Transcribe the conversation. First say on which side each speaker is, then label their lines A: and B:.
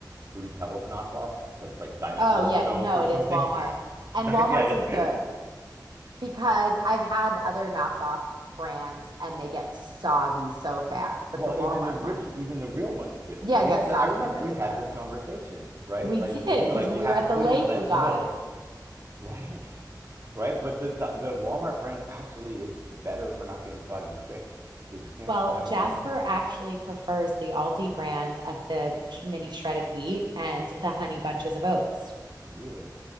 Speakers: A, on the right; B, on the right.
A: fruity pebbles knockoff 'cause it's like dinosaur
B: Oh yeah,
A: stones
B: no,
A: or
B: it
A: something.
B: is Walmart,
A: <laughs>
B: and
A: Di-
B: Walmart's
A: yeah.
B: is
A: that-
B: good because I've had other knockoff brands and they get soggy so fast,
A: <laughs>
B: but
A: well,
B: the Walmart
A: even the origin,
B: one
A: even the real ones do.
B: Yeah,
A: We
B: get
A: had the
B: soggy
A: I remember
B: really
A: we had
B: fast.
A: this conversation, right?
B: We
A: Like
B: did
A: you
B: because
A: were like
B: when
A: you
B: we
A: have
B: were at
A: to put
B: the lake,
A: in less
B: we got
A: milk,
B: it.
A: right? <laughs> Right, but the the Walmart brand actually is better for not getting soggy quick because you can't
B: Well,
A: have
B: Jasper
A: a big bowl of it.
B: actually prefers the Aldi brand of the sh- mini shredded wheat and the honey bunches of oats.
A: Really?